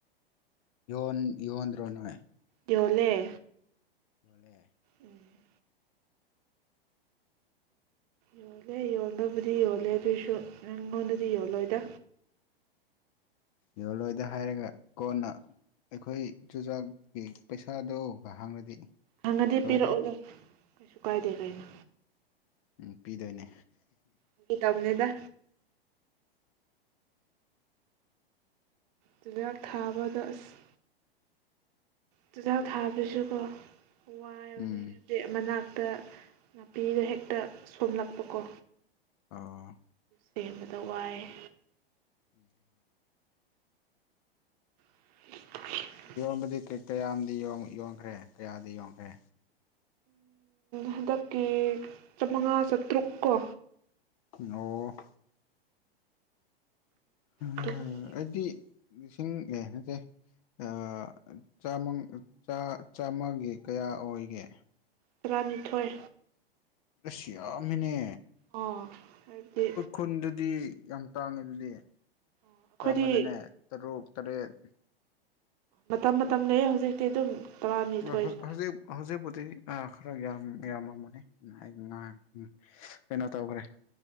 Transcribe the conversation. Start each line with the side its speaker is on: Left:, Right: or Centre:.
Left: ꯌꯣꯟ ꯌꯣꯟꯗ꯭ꯔꯣ ꯅꯣꯏ
Right: ꯌꫭꯜꯂꯦ
Left: ꯌꯣꯜꯂꯦ
Right: ꯎꯝ ꯌꯣꯜꯂꯦ ꯌꯣꯟꯕꯨꯗꯤ ꯌꯣꯜꯂꯦ ꯑꯗꯨꯏꯁꯨ ꯅꯪꯉꯣꯟꯗꯗꯤ ꯌꯣꯜꯂꯣꯏꯗ
Left: ꯌꯣꯜꯂꯣꯏꯗ ꯍꯥꯏꯔꯒ ꯀꯣꯟꯅ ꯑꯩꯈꯣꯏ ꯆꯨꯖꯥꯛꯀꯤ ꯄꯩꯁꯥꯗꯨꯒ ꯍꯥꯡꯉꯗꯤ
Right: ꯍꯪꯉꯗꯤ
Left: ꯂꯣꯏꯔꯦ
Right: ꯄꯤꯔꯛꯑꯣꯗ ꯀꯩꯁꯨ ꯀꯥꯏꯗꯦ ꯀꯩꯅꯣ
Left: ꯎꯝ ꯄꯤꯗꯣꯏꯅꯦ
Right: ꯐꯥꯒꯤ ꯇꯧꯅꯦꯗ ꯆꯨꯖꯥꯛ ꯊꯥꯕꯗ ꯑꯁ ꯆꯨꯖꯥꯛ ꯊꯥꯕꯁꯨꯀꯣ ꯋꯥꯏꯕꯅꯦ
Left: ꯎꯝ
Right: ꯑꯥꯗꯤ ꯃꯅꯥꯛꯇ ꯅꯥꯄꯤꯗꯣ ꯍꯦꯛꯇ ꯁꯣꯝꯂꯛꯄꯀꯣ
Left: ꯑꫭ
Right: ꯁꯦꯝꯕꯗ ꯋꯥꯏꯌꯦ
Left: ꯎꯝ
Right: <inaudible>
Left: ꯌꯣꯟꯕꯗꯤ ꯀꯩ ꯀꯌꯥꯝꯗꯤ ꯌꯣꯟꯈ꯭ꯔꯦ ꯀꯌꯥꯗꯤ ꯌꯣꯟꯈ꯭ꯔꯦ
Right: ꯍꯟꯗꯛꯇꯤ ꯆꯝꯃꯉꯥ ꯆꯥꯇ꯭ꯔꯨꯛ ꯀꯣ
Left: ꯑꯣ <unintelligible>
Right: ꯑꯗꯨꯃꯨꯛꯇꯤ
Left: ꯑꯩꯗꯤ ꯂꯤꯁꯤꯡ ꯑꯦ ꯅꯠꯇꯦ ꯑꯥ ꯆꯥꯃꯪ ꯆꯥ ꯆꯥꯝꯃꯒꯤ ꯀꯌꯥ ꯑꯣꯏꯒꯦ
Right: ꯇꯔꯥꯅꯤꯊꯣꯏ
Left: ꯑꯁ ꯌꯥꯝꯃꯤꯅꯦ
Right: ꯑꯣ ꯍꯥꯏꯕꯗꯤ
Left: ꯄꯨꯟꯗꯗꯤ ꯌꯥꯝ ꯇꯥꯡꯉꯦ ꯑꯗꯨꯗꯤ
Right: ꯑꯩꯈꯣꯏꯗꯤ
Left: ꯆꯥꯝꯃꯗꯅꯦ ꯇꯔꯨꯛ ꯇꯔꯦꯠ
Right: ꯃꯇꯝ ꯃꯇꯝ ꯂꯩꯌꯩ ꯍꯧꯖꯤꯛꯇꯤ ꯑꯗꯨꯝ ꯇꯔꯥꯅꯤꯊꯣꯏ
Left: ꯑꯥ
Right: ꯁꯥꯏ
Left: ꯍꯧꯖꯤꯛ ꯍꯧꯖꯤꯛꯄꯨꯗꯤ ꯑꯥ ꯈꯔ ꯌꯥꯝ ꯌꯥꯝꯃꯝꯃꯅꯤ ꯎꯝ ꯑꯩ ꯉꯥꯡ ꯎꯝ ꯀꯩꯅꯣ ꯇꯧꯈ꯭ꯔꯦ